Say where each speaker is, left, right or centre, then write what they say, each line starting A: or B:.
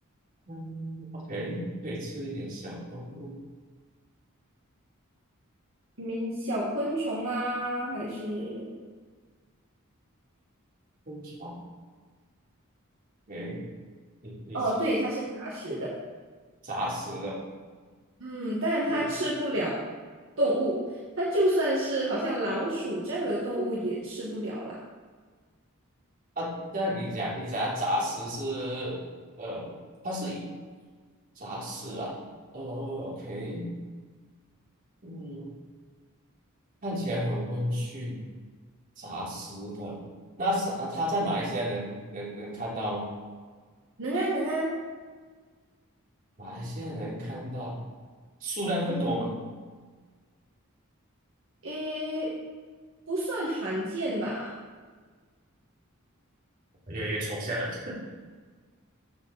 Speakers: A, on the right; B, on the right.
A: 嗯，OK，可以吃一点小动物
B: 嗯，小昆虫啊，还是
A: 昆虫。诶，你你吃
B: 哦，对，它是杂食的，
A: 杂食的，
B: 嗯，但是它吃不了动物，
A: 嗯
B: 它就算是好像老鼠这样的动物也吃不了啦。
A: 啊，那你讲你讲的杂食是呃，它是以杂食啊，呃，OK，嗯，看起来很温驯，杂食的。那是啊，它在马来西亚能能能看到吗？
B: 能啊，能啊，
A: 马来西亚能看到，数量会多吗？
B: 嗯，诶，不算罕见吧？
A: 越来越抽象了。